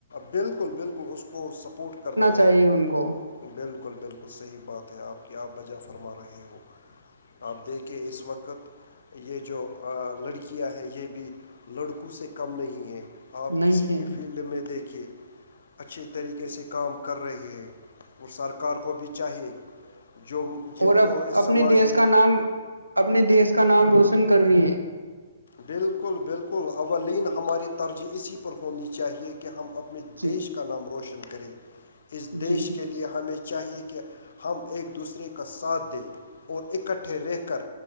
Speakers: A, on the left; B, on the right.
A: بالکل بالکل اس کو سپورٹ کرنا
B: چاہیے
A: ہے
B: ان کو
A: بالکل بالکل صحیح بات ہے آپ کیا آپ وجہ فرما رہے ہو آپ دیکھ کہ اس وقت یہ جو لڑکیاں ہیں یہ بھی لڑکوں سے کم نہیں ہے آپ
B: نہیں
A: کسی
B: ہے
A: بھی فیلڈ میں دیکھیے اچھی طریقے سے کام کر رہے ہیں اور سرکار کو بھی چاہیے جو جن
B: اور اب
A: کو اس
B: اپنے
A: سماج
B: دیش
A: میں
B: کا نام اپنے دیس کا نام روشن کرنی ہے
A: بالکل بالکل اولین ہماری ترجیح اسی پر ہونی چاہیے کہ ہم اپ
B: جی
A: دیش کا نام روشن کرے اس
B: جی
A: دیش کے لیے ہمیں چاہیے کہ ہم ایک دوسرے کا ساتھ دیں اور اکٹھے رہ کر